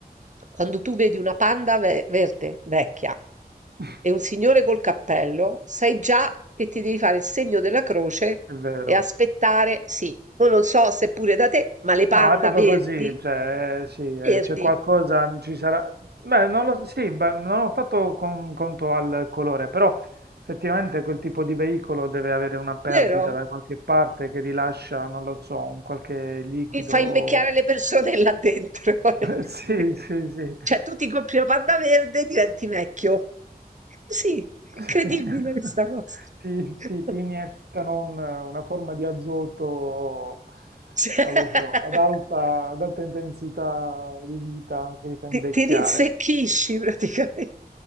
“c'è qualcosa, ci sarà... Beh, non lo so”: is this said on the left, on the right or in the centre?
Right